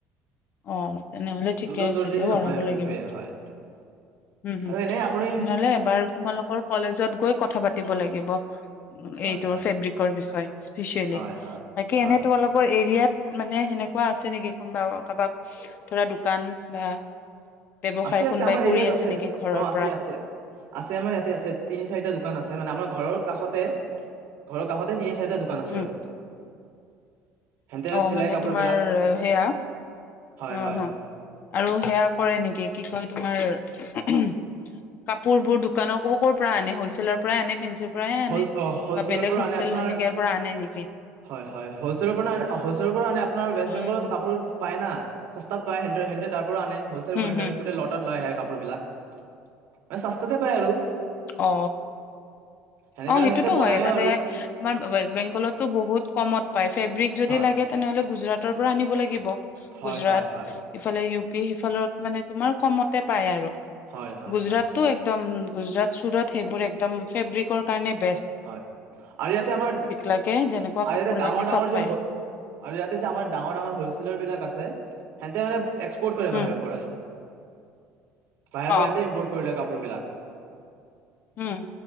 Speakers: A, on the left; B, on the right.
A: অ তেনেহলে ঠিকে
B: দুজন
A: আছে
B: দৰ্জী
A: দিয়া
B: দি
A: বঢ়াব
B: নহয় আৰু
A: লাগিব
B: সেইটোৱে হয়
A: হম
B: আৰু এনেই আপুনি
A: তেনেহলে এবাৰ তোমালোকৰ কলেজত গৈ কথাকে। কথা পাতিব লাগিব,
B: হয়
A: এইটো
B: হয়।
A: ফেব্ৰিকৰ বিষয়ে স্পিচিয়েলি
B: হয় হয়
A: বাকী
B: হয়
A: এনে তোমালোকৰ এৰিয়াত মানে সেনেকুৱা আছে নেকি? বাৰু কাৰোবাক ধৰা দোকান বা ব্যৱসায়
B: আছে -আছে
A: কোনোবাই
B: আমাৰ
A: কৰি
B: এৰিয়াত আছে
A: নেকি ঘৰৰ
B: অ' আছে
A: পৰা
B: আছে -আছে আমাৰ ইয়াতে আছে তিনি চাৰিটা দোকান আছে মানে আমাৰ ঘৰৰ কাষতে ঘৰৰ কাষতে তিনি চাৰিটা দোকান আছে
A: উম
B: আৰু। সেনতে আৰু
A: অ'
B: চিলাই
A: মানে
B: কাপোৰ
A: তোমাৰ
B: বিলাক
A: সেয়া
B: হয়
A: অ'
B: হয়
A: হ আৰু সেয়া কৰি কি কয় তোমাৰ কাপোৰ বোৰ দোকানৰ কৰ কৰ পৰ আনে হ'ল ছেল ৰ পৰা আনে নে ফেঞ্চি পৰা আনে
B: হ হলছেলৰ
A: বা বেলেগ
B: পৰা
A: হ'লচেল
B: আনে আপোনাৰ
A: সেনেকে পৰা আনে নেকি
B: হয়- হয় হলছেলৰ পৰা হলচলৰ পৰা আনে আপোনাৰ ৱেষ্ট
A: উম
B: বেংগলত কাপোৰ পায় না। চস্তাত পায় সেহেতে তাৰ পৰা আনে হলচেল
A: হম
B: <unintelligible>
A: হম
B: গোট লতাত লৈ আহে কাপোৰ কাপোৰবিলাক। মাননে সস্তাতে পাই আৰু।
A: অ
B: সেনেকা
A: অ 'সেইটোতো
B: আৰু সেহতে বনায়ো
A: হয় তাতে
B: আৰু
A: তোমাৰ ৱেষ্ট বেংগলতো বহুত কমত পায়। ফেব্ৰিক যদি
B: হয়
A: লাগে তেনেহ'লে গুজৰাট। গুজৰাটৰ পৰা আনিব লাগিব।
B: হয়
A: গুজৰাট
B: হয় হয়
A: ইফালে ইউ সেইফালত মানে তোমাৰ কমতে পায় আৰু।
B: হয় হয়
A: গুজৰাটটো
B: হয়
A: একদম গুজৰাট চুৰত সেইবোৰ একদম ফেব্ৰিকৰ। কাৰণে বি
B: হয় আৰু ইয়াতে আমাৰ আৰু
A: লাগে যেনেকুৱা কাপোৰ
B: অ ইয়াতে ডাঙৰ
A: লাগে
B: ডাঙৰ
A: চব
B: যে
A: পায়
B: হ আৰু ইয়াতে যে আমাৰ ডাঙৰ ডাঙৰ হলছেলৰ বিলাক আছে। সিহঁতে মানে এক্সপৰ্ট কৰে
A: উম
B: বাহিৰৰ পৰাই। পাৰে পৰে
A: অ
B: দেই এ ইম্পৰ্ কৰিলে কাপ কাপোৰ বিলাক
A: উম